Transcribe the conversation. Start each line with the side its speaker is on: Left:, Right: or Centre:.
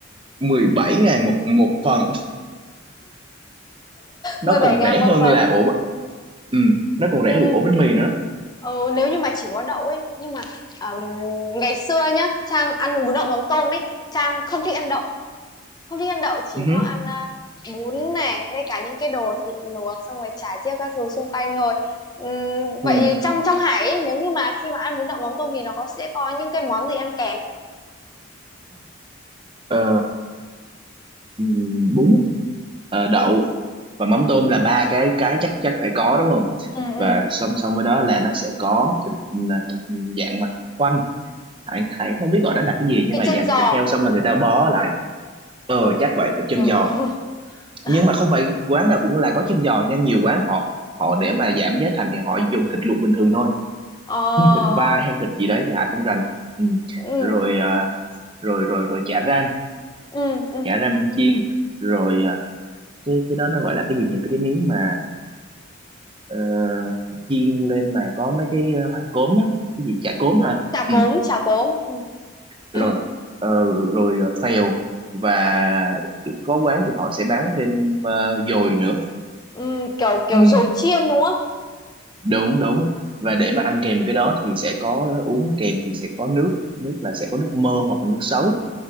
Right: mười bảy ngàn một một phần nó
Left: mười bảy
Right: còn
Left: ngàn
Right: rẻ
Left: một
Right: hơn
Left: phần
Right: là ổ b- ừ, nó còn
Left: ừ,
Right: rẻ hơn ổ bánh mì nữa
Left: ừ, nếu như mà chỉ có đậu ấy nhưng mà ừm, ngày xưa nhá Trang ăn bún đậu mắm tôm ấy Trang không thích ăn đậu không thích ăn đậu chỉ
Right: ừ, hứ,
Left: có ăn à, bún này với cả những cái đồ thịt luộc xong rồi chả chiếc các thứ xung quanh thôi Ừm,
Right: ừ.
Left: vậy trong trong Hải ấy, nếu như mà khi mà ăn bún đậu mắm tôm thì nó có sẽ có những cái món gì ăn kèm
Right: Ờ, ừm, bún ờ, đậu
Left: ừ
Right: và mắm
Left: ừ
Right: tôm là ba cái cái chắc chắc phải có đúng không
Left: ừ
Right: và
Left: ừ
Right: song song với đó là nó sẽ có thịt là thịt dạng mà thịt quay Thái Thái không biết gọi nó là cái gì nhưng
Left: thịt
Right: mà
Left: chân
Right: dạng
Left: giò
Right: thịt heo xong là người ta bó lại ờ
Left: ừ
Right: chắc vậy thịt chân
Left: ừ
Right: giò
Left: ừ <laughs>
Right: nhưng mà không phải quán nào cũng là có chân giò nha nhiều quán họ họ để mà giảm giá thành thì họ dùng thịt luộc bình thường thôi
Left: ờ
Right: Ừ, thịt vai hay thịt gì đấy thì Hải không rành ừ.
Left: ừ
Right: rồi à, rồi rồi rồi chả ram
Left: ừ ừ
Right: chả ram chiên rồi à, cái cái đó nó gọi là cái gì nhỉ cái miếng mà ờ, chiên lên mà có mấy cái ờ, hạt cốm á cái gì chả cốm hả
Left: chả
Right: ừ.
Left: cốm chả cốm ừ.
Right: rồi
Left: <clears throat>
Right: ờ, rồi ờ, phèo và có quán thì họ sẽ bán thêm ờ, dồi nữa
Left: Ừ, kiểu kiểu
Right: ừ,
Left: dồi chiên đúng không
Right: đúng đúng và để mà ăn kèm cái đó thì sẽ có uống kèm thì sẽ có nước nước là sẽ có nước mơ hoặc là nước sấu